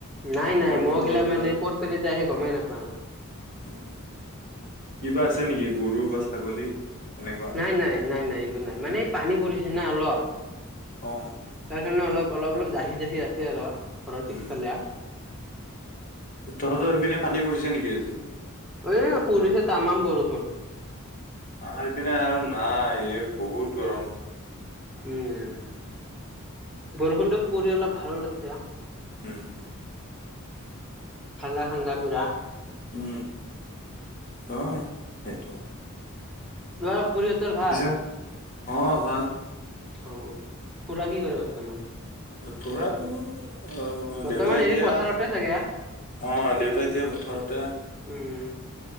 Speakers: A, in the centre; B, on the left (about 40°).
A: নাই
B: তোমালোকৰ
A: নাই মহ
B: ঘৰৰ
A: গিলামানে
B: ওচৰত।
A: কৰপে আহে গমাই নাপাওঁ <inaudible>
B: উম, কিবা আছে নেকি গৰু বা ছাগলী এনেকুৱা?
A: নাই নাই নাই নাই এইবোৰ নাই মানে পানী পৰিছে না অলপ
B: অ
A: হেই কাৰণে অলপ অলপ অলপ জাহি জাহি আছে আৰু ঘৰ
B: উম,
A: পিছফালে
B: তহঁতৰ সেইপিনে পানী পৰিছে নেকি আজি?
A: অ পুলিছে তামাম কৰষোন
B: আমাৰ ইপিনে আৰু নাই বহুত গৰম
A: উম বৰষুণটো পৰি অলপ ভাল লাগিছে।
B: হম।
A: ঠাণ্ডা ঠাণ্ডা পূৰা।
B: উম, হয় সেইটো।
A: তোৱাৰ খুৰি হতৰ ভাল।
B: পিছে অ ভাল।
A: অ খুৰা কি কৰে বৰ্তমান
B: খুৰাটো অ অ
A: বৰ্তমান
B: দেউতা
A: হেৰি
B: এতিয়া
A: পথাৰতে চাগে
B: অ দেউতাই এতিয়া পথাৰতে।
A: উম